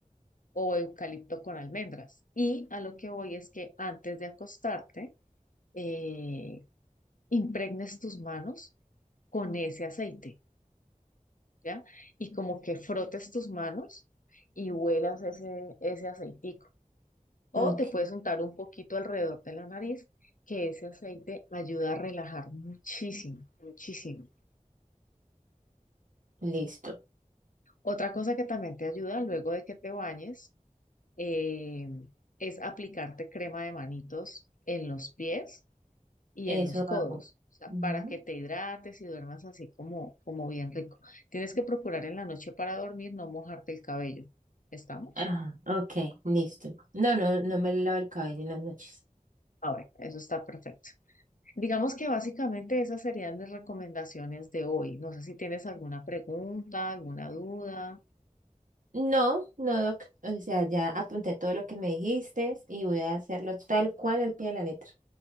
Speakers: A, on the left; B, on the right.
A: o eucalipto con almendras. Y a lo que voy es que antes de acostarte, eh, impregnes tus manos con ese aceite, ¿ya? Y como que frotes tus manos y huelas ese, ese aceitico. O
B: Ok,
A: te puedes untar un poquito alrededor de la nariz, que ese aceite ayuda a relajar muchísimo, muchísimo.
B: listo.
A: Otra cosa que también te ayuda luego de que te bañes eh, es aplicarte crema de manitos en los pies y
B: Eso
A: en los codos,
B: hago.
A: o sea,
B: Ujú.
A: para que te hidrates y duermas así como, como bien rico. Tienes que procurar en la noche para dormir no mojarte el cabello. ¿Estamos?
B: Ajá, ok, listo. No, no, no me lavo el cabello en las noches.
A: Ahora, eso está perfecto. Digamos que básicamente esas serían mis recomendaciones de hoy. No sé si tienes alguna pregunta, alguna duda.
B: No, no, doc. O sea, ya apunté todo lo que me dijiste y voy a hacerlo tal cual al pie de la letra.